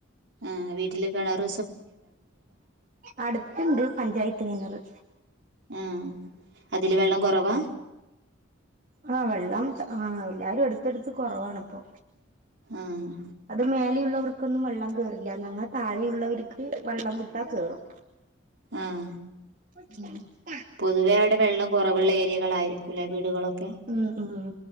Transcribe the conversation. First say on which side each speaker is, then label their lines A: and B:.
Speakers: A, on the right; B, on the right.
A: ആ വീട്ടിൽ കിണർ.
B: അടുത്തണ്ട് പഞ്ചായത്ത് കിണറ്.
A: ആഹ അതില് വെള്ളം കുറവാ.
B: ആഹ് വെള്ളം ആഹ് എല്ലാരും എടുത്തെടുത്ത് കുറവാണിപ്പൊ.
A: ആഹ്
B: അത് മേലെയുള്ളവർക്ക് കൊന്നും വെള്ളം കേയറില്ല. ഞങ്ങളൊ താഴെയുള്ളവർക്ക് വെള്ളം മുട്ടാ കേറും.
A: ആഹ്.
B: ഉ <inaudible>
A: പൊതുവേ അവിടെ വെള്ളം കുറവുള്ള ഏരിയകളായിരിക്കൂല വീടുകളൊക്കെ.
B: ഉം ഉം